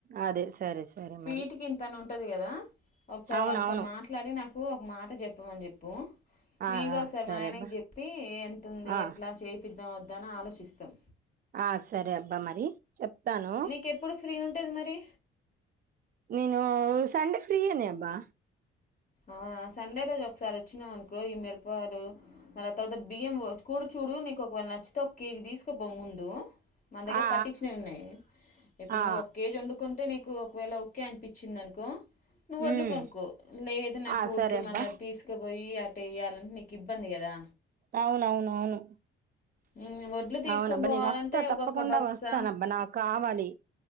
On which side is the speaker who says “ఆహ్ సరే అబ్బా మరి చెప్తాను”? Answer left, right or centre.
Right